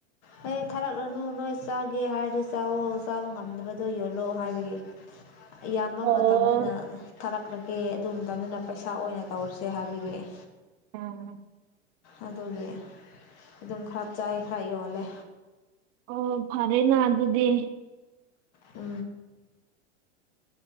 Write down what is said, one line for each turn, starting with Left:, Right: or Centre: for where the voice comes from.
Left: ꯍ ꯊꯥꯔꯛꯂꯅꯨ ꯅꯣꯏ ꯆꯥꯒꯦ ꯍꯥꯏꯔꯗꯤ ꯆꯥꯋꯣ ꯆꯥꯕ ꯉꯝꯗꯕꯗꯣ ꯌꯣꯜꯜꯂꯤ ꯂꯣ ꯍꯥꯏꯕꯒꯤ ꯏꯌꯥꯝꯕ
Right: ꯑꯣ
Left: ꯃꯇꯝꯗꯨꯅ ꯊꯥꯔꯛ ꯀꯛꯂꯒꯦ ꯑꯗꯨ ꯃꯇꯝꯗꯨꯅ ꯄꯩꯁꯥ ꯑꯣꯏꯅ ꯇꯧꯔꯁꯦ ꯍꯥꯏꯕꯤꯒ ꯑꯩ
Right: ꯑꯝ
Left: ꯑꯗꯨꯒꯤ ꯑꯗꯨꯝ ꯈꯔ ꯆꯥꯏ ꯈꯔ ꯌꯣꯜꯂꯦ
Right: ꯑꯣ ꯐꯔꯦꯅ ꯑꯗꯨꯗꯤ
Left: ꯎ